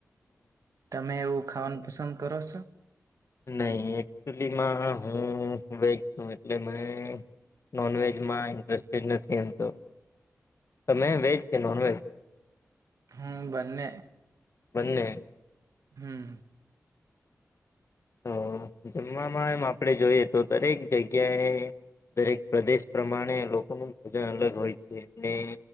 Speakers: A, on the right; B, on the left.
A: તમે એવું ખાવાનું પસંદ કરો છો
B: નહી એકચુલીમાં હું વચ છું એટલે મે નોનવેજમાં ઇન્ટરેસ્ટડ નથી એમતો તમે વેજ કે નોન વેજ
A: હમ બને
B: બને
A: હમ
B: હ તો જમવામાં એમ આપણેે જોઈએ તો દરેક જગ્યાએ દરેક પ્રદેશ પ્રમાણે લોકોનું ભોજન અલગ હોય છે.